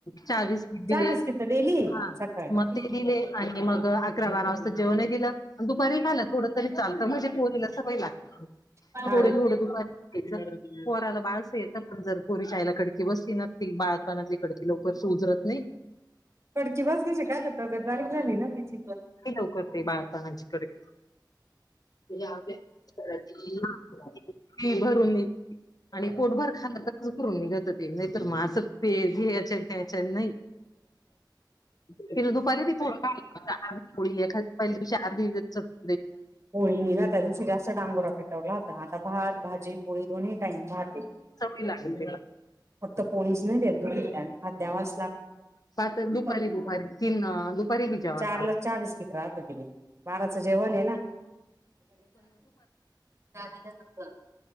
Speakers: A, on the left; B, on the right.
A: चहा बिस्कीट दिले
B: बिस्किट डेली
A: हा
B: सकाळी
A: मग ते दिले आणि मग अकरा बारा वाजता जेवणे दिलं आणि दुपारी खालं थोडंतरी चालत म्हणजे पोरीला सवय लागते.
B: हा
A: थोड थोडं दुपारचं पोराला बाळस येत पण जर पोरी आईला कडकी बसली न बाळतपणातली कडकी लवकर उजरत नाही.
B: कडकी बसायची काय ग तब्येत बारीक झाली ना तिची
A: लवकर ते बाार जणांची कडकी <unintelligible> त भरून आणि पोटभर खाल तर कं करून निघत ते नाही तर मास पेज याच्या त्याच्यान नाही.. तीन दुपारी बी थोडी एखादी आरधि चतकोर
B: होळी म ना त्याच्याशी जास्तडांगोरा पेटवला आता भात भाजी, पोळी दोन्ही टाईम पाहते
A: चवळी लागली त्याला
B: फक्त पोळीच नाही देत दोन्ही टाईम भात द्यावाच ललागतो.
A: पात दुपारी दुपारी तीन अं, दुपारी बी जेवण
B: चार ला चहा बिस्कीट राहत तिने बाराच जेव <unintelligible>
A: <inaudible> <unintelligible>
B: दादीला नवरा